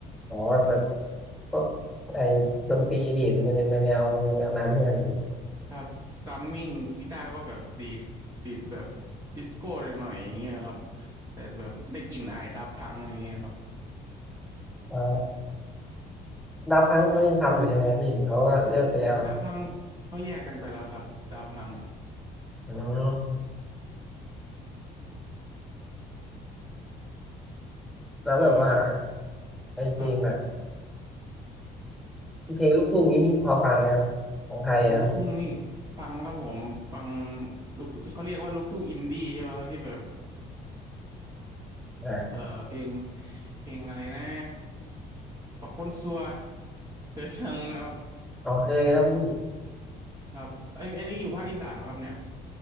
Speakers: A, in the centre; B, on the right.
A: อ๋อแบบพวกไอ้ดนตรีบีทมันจะเป็นแนวแนวแนวนั้นใช่ไหมพี่
B: ครับซัมมิ่งกีตาร์ก็แบบดีดดีดแบบดิสโก้หน่อยๆอย่างเงี้ยครับแต่แบบได้กลิ่นอายดาพังอย่างเงี้ยครับ
A: อ๋อดาพังเขายังทำอยู่ใช่ไหมพี่หรือเขาก็เลิกไปแล้วครับ
B: ดาพังเขาแยกกันไปแล้วครับดาพัง
A: อืมแล้วแบบว่า
B: ก็
A: ไอเพลงแบบ
B: ครับ
A: พี่เพลงลูกทุ่งนี้พี่พอฟังไหมครับของไทยอะครับพี่
B: โอ้ลูกทุ่งนี่ฟังครับผมฟังลูกทุ่งที่เขาเรียกว่าลูกทุ่งอินดี้ใช่ไหมครับที่แบบ
A: อ่า
B: เอ่อเพลงเพลงอะไรนะปักคนซัวเคยฟังไหมครับ
A: อ๋อเคยครับพี่
B: ครับไอยอันนี้อยู่ภาคอีสานไหมครับเนี่ย